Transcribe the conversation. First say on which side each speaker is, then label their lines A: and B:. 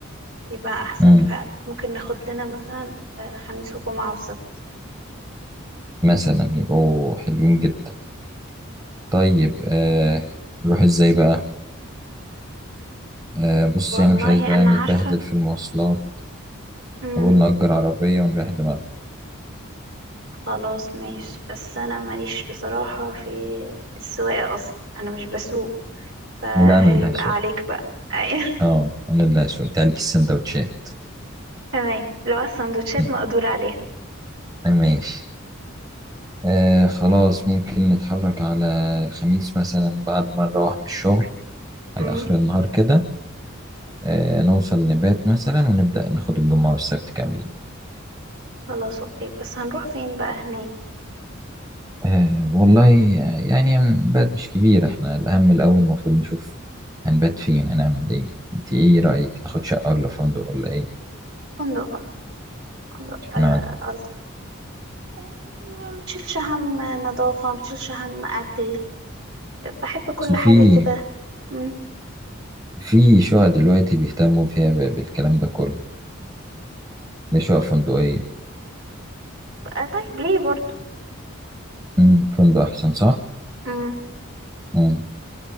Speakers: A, on the right; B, on the right.
A: يبقى احسن
B: امم
A: فعلا ممكن ناخد لنا مثلا آه، خميس وجمعة وسبت
B: مثلا يبقوا حلوين جدا طيب آه نروح ازاي بقى آه بص
A: والله
B: يعني مش عايز بقى
A: انا
B: نتبهدل
A: عارفة
B: في المواصلات
A: امم
B: نقول نأجر عربية ونريح دماغنا
A: خلاص ماشي بس انا ماليش بصراحة في السواقة اصلا انا مش بسوق فهيبقى
B: لا انا اللي هسوق
A: <laughs> عليك بقى ايوه
B: اه انا اللي شفت عليك السندوتشات
A: <laughs> تمام لو السندوتشات
B: م،
A: مقدور عليها
B: ماشي آه خلاص ممكن نتحرك على الخميس مثلا بعد ما نروح من الشغل على
A: امم
B: اخر النهار كده آه نوصل نبات مثلا ونبدأ ناخد الجمعة والسبت كاملين
A: خلاص اوكي بس هنروح فين بقى هناك
B: آه والله يعني نبات مش كبير احنا الاهم الاول المفروض نشوف هنبات فين هنعمل ايه انت ايه رأيك تاخد شقة ولا فندق ولا ايه
A: فندق فندق
B: اشمعنى
A: آه ألطف آه، يعني ما بتشيلش هم نظافة ما بتشيلش هم أكل آه، بحب كل
B: اصل
A: حاجة
B: في
A: كده مم.
B: في شقق دلوقتي بيهتموا فيها ب- بالكلام ده كله اللي هي شقق فندقية
A: بقى طيب ليه برضو
B: امم فندق احسن صح
A: مم.
B: امم